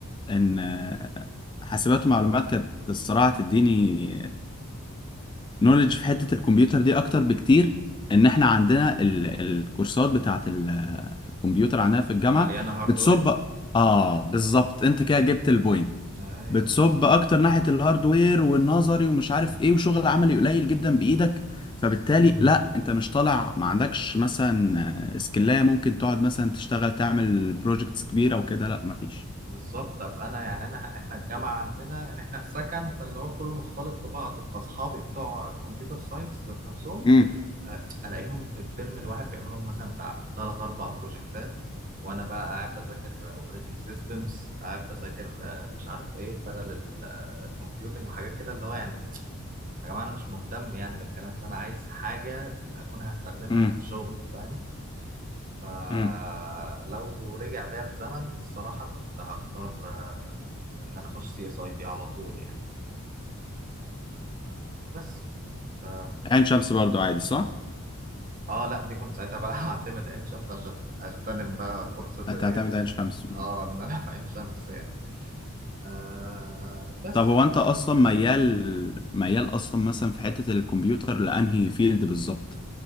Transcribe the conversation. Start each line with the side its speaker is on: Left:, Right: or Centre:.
Left: ان حاسبات ومعلومات كانت الصراحة تديني نولج في حتة الكمبيوتر دي أكتر بكتير إن إحنا عندنا ال... الكورسات بتاعة ال... الكمبيوتر عندنا في الجامعة
Right: مليانه هاردوير
Left: بتصب آه بالظبط أنت كده جبت البوينت
Right: مم. ايوه
Left: بتصب
Right: بالظبط
Left: أكتر ناحية الهاردوير والنظري ومش عارف إيه وشغل عملي قليل جدا بإيدك
Right: بالظبط
Left: فبالتالي لا أنت مش طالع ما عندكش مثلا سكلاية ممكن تقعد مثلا تشتغل تعمل بروجكتس كبيرة وكده لا مفيش
Right: بالظبط طب انا يعني انا احنا الجامعه عندنا يعني احنا في سكن فاللي هو كله مختلط ببعضه فاصحابي بتوع كمبيوتر ساينس ذات نفسهم
Left: امم
Right: آه، الاقيهم في الترم الواحد بيعملوا لهم مثلا بتاع ثلاث اربع بروجكتات وانا بقى قاعد بذاكر اوبريتنج سيستمز قاعد بذاكر آه، مش عارف ايه بارالل كومبيوتنج وحاجات كده اللي هو يعني يا جماعه انا مش مهتم يعني بالكلام ده انا عايز حاجه اكون هستخدمها
Left: امم
Right: في شغل فاهم فلو
Left: امم
Right: رجع بيا الزمن الصراحه كنت هختار آه، ان انا اخش سي اس اي تي على طول يعني آه، بس ف
Left: عين شمس برضو عادي صح؟
Right: اه لا دي كنت ساعتها بقى <laughs> هعتمد عين شمس عشان اغتنم بقى فرصة
Left: هتعتمد
Right: الايه دي؟
Left: عين شمس
Right: اه ان انا في عين شمس يعني آه بس
Left: طب هو
Right: يعني
Left: انت اصلا ميال ميال اصلا مثلا في حتة الكمبيوتر لانهي فيلد بالظبط